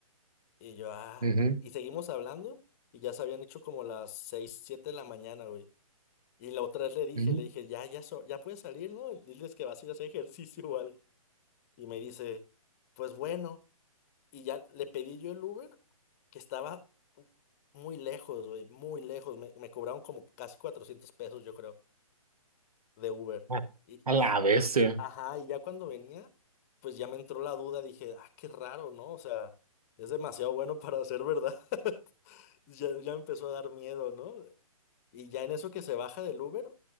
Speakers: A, on the left; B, on the right.
A: Y yo, ah,
B: ujú,
A: y seguimos hablando, y ya se habían hecho como las seis, siete de la mañana, güey. Y la otra vez le dije,
B: ujú,
A: le dije, ya, ya, so- ya puedes salir, ¿no? Diles que vas a ir a hacer ejercicio o algo. Y me dice, pues bueno. Y ya le pedí yo el Uber, que estaba muy lejos, güey, muy lejos. Me, me cobraron como casi 400 pesos, yo creo, de Uber.
B: A
A: Y,
B: a
A: y,
B: la bestia.
A: ajá, y ya cuando venía, pues ya me entró la duda, dije, ah, qué raro, ¿no? O sea, es demasiado bueno para ser verdad. <laughs> Ya, ya empezó a dar miedo, ¿no? Y ya en eso que se baja del Uber,